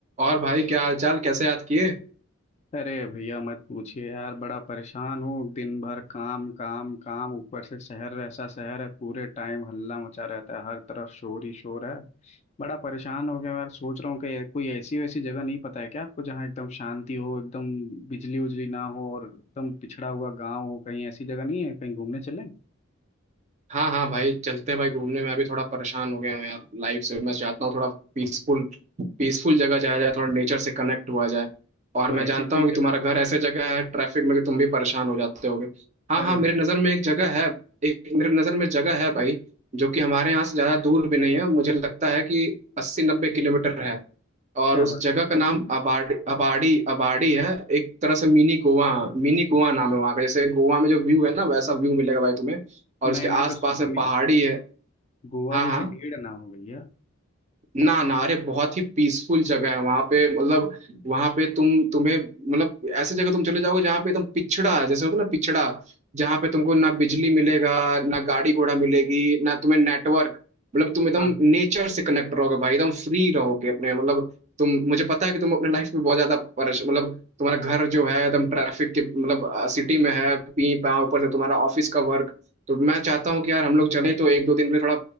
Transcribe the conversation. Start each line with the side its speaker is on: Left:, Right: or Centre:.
Right: और भाई क्या हाल चाल कैसे याद किए
Left: अरे भैया मत पूछिए यार बड़ा परेशान हूँ दिन भर काम काम काम ऊपर से शहर ऐसा शहर है पूरे टाइम हल्ला मचा रहता है हर तरफ शोर ही शोर है बड़ा परेशान हो गया यार सोच रहा हूँ कि कोई ऐसी वैसी जगह नहीं पता है क्या आपको जहाँ एकदम शांति हो एकदम बिजली उजली ना हो और एकदम पिछड़ा हुआ गाँव हो कहीं ऐसी जगह नहीं है कहीं घूमने चलें
Right: हाँ हाँ भाई चलते हैं भाई घूमने मैं भी थोड़ा परेशान हो गया हूँ यार लाइफ से मैं चाहता हूँ थोड़ा पीसफुल पीसफुल जगह जाया जाए थोड़ा नेचर से कनेक्ट हुआ जाए और
Left: तो
Right: मैं
Left: ऐसी
Right: जानता
Left: कोई
Right: हूँ कि
Left: जगह
Right: तुम्हारा घर
Left: है
Right: ऐसे जगह है ट्रैफिक में कि तुम भी परेशान हो जाते होगे हाँ
Left: अरे
Right: हाँ
Left: भैया
Right: मेरे नज़र में एक जगह है एक मेरे नज़र में जगह है भाई जो कि हमारे यहाँ से ज़्यादा दूर भी नहीं है मुझे लगता है कि अस्सी नब्बे किलोमीटर है और
Left: क्या
Right: उस
Left: बात
Right: जगह
Left: कर रहे
Right: का नाम अबाड़ी अबाड़ी अबाड़ी है एक तरह से मिनी गोवा मिनी गोवा नाम है वहाँ का जैसे गोवा में जो व्यू है ना वैसा व्यू मिलेगा भाई तुम्हें और
Left: हैं नहीं
Right: उसके
Left: नहीं तो
Right: आसपास
Left: सुनिए
Right: में पहाड़ी
Left: सुनिए
Right: है
Left: गोवा
Right: हाँ
Left: जैसी
Right: हाँ
Left: भीड़ ना हो भैया
Right: ना ना अरे बहुत ही पीसफुल जगह है वहां पे मतलब वहां पे तुम तुम्हें मतलब ऐसे जगह तुम चले जाओगे जहाँ पे एकदम पिछड़ा जैसे होता है ना पिछड़ा जहाँ पे तुमको ना बिजली मिलेगा ना गाड़ी घोड़ा मिलेगी ना तुम्हें नेटवर्क मतलब तुम एकदम
Left: हाँ
Right: नेचर से कनेक्ट रहोगे भाई एकदम फ्री रहोगे अपने मतलब तुम मुझे पता है कि तुम अपने लाइफ में बहुत ज्यादा परेश मतलब तुम्हारा घर जो है एकदम ट्रैफिक के मतलब सिटी में है पी पा ऊपर से तुम्हारा ऑफिस का वर्क तो मैं चाहता हूँ कि यार हम लोग चलें तो एक दो दिन के लिए थोड़ा